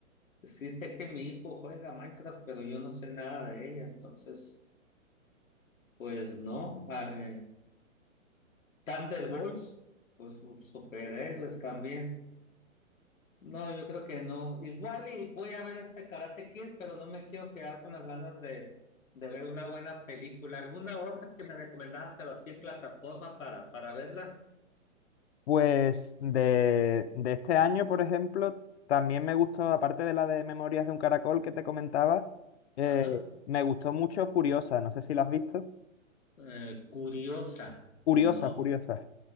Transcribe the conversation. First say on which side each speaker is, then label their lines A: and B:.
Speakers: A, on the left; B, on the left.
A: sí sé que mi hijo juega Minecraft, pero yo no sé nada de ella, entonces, pues no. Ah, eh, Thunderbolts, pues sus superhéroes también. No, yo creo que no. Igual y voy a ver este Karate Kid, pero no me quiero quedar con las ganas de, de ver una buena película. ¿Alguna otra que me recomendaban, pero así en plataforma para, para verla?
B: Pues de, de este año, por ejemplo, también me gustó, aparte de la de Memorias de un Caracol que te comentaba, eh,
A: Ajá.
B: me gustó mucho Furiosa, no sé si la has visto.
A: Eh, curiosa,
B: Furiosa,
A: ¿no?
B: Furiosa.